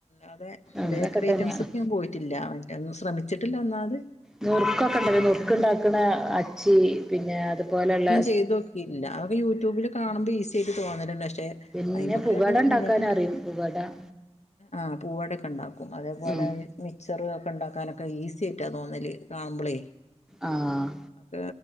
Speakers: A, on the left; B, in the centre.
A: അതെ
B: അങ്ങനൊക്കെ
A: ബേക്കറി
B: തന്നെയാണ്
A: ഐറ്റംസ്ക്ക് ഞാൻ പോയിട്ടില്ല അവറ്റ ഒന്നും ശ്രമിച്ചിട്ടില്ല ഒന്നാമത്.
B: നുറുക്കൊക്കെണ്ടല്ലോ നുറുക്ക്ണ്ടാക്കണ അച്ച് പിന്നെ അതുപോലെള്ള
A: ചെയ്തോക്കീട്ടില്ല അത്ഒക്കെ യൂട്യൂബില് കാണുമ്പോ ഈസി ആയിട്ട് തോന്നല്ണ്ട് ക്ഷെ
B: പിന്നെ
A: അയിമക്കങ്ങട്ട്
B: പുകട ഉണ്ടാക്കാനറിയും
A: നിന്ന്ട്ട്ല്ല
B: പുകട
A: ആഹ് പൂവട്യൊക്കെ ഇണ്ടാക്കും അതേപോലെ
B: ഉം
A: മിച്ചറ് അഒക്കെ ഉണ്ടാക്കാനൊക്കെ ഈസി ആയിട്ടാ തോന്നല് കാണുമ്പളേ.
B: ആഹ്
A: ഒക്കെ